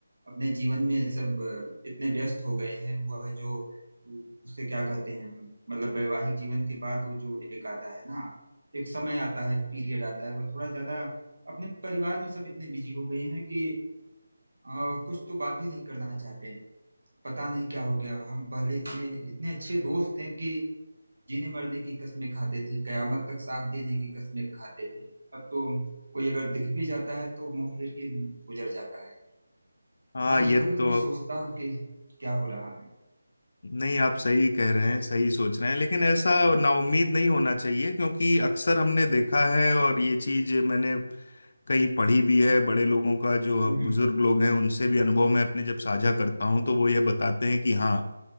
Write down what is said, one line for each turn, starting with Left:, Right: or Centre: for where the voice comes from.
Right: अपने जीवन में सब अ, इतने व्यस्त हो गए हैं वह जो उससे क्या कहते हैं मतलब वैवाहिक जीवन के बाद वो जो एक आता है ना एक समय आता है पीरियड आता है वह थोड़ा ज्यादा अपने परिवार में सब इतने बिजी हो गए हैं कि अ, कुछ तो बात भी नहीं करना चाहते हैं पता नहीं क्या हो गया हम पहले इतने इतने अच्छे दोस्त थे कि जीने मरने की कस्में खाते थे कयामत तक साथ देने की कस्में खाते थे अब तो कोई अगर दिख भी जाता है तो मुंह फेर के गुजर जाता है
Left: हाँ
Right: हाँ
Left: ये
Right: कभी कभी
Left: तो
Right: सोचता हूँ कि क्या हो रहा है
Left: नहीं आप सही कह रहे हैं सही सोच रहे हैं लेकिन ऐसा नाउम्मीद नहीं होना चाहिए क्योंकि अक्सर हमने देखा है और ये चीज मैंने कहीं पढ़ी भी है बड़े लोगों का जो
Right: हम्म,
Left: बुजुर्ग लोग हैं उनसे भी अनुभव मैं अपने जब साझा करता हूँ तो वो ये बताते हैं कि हाँ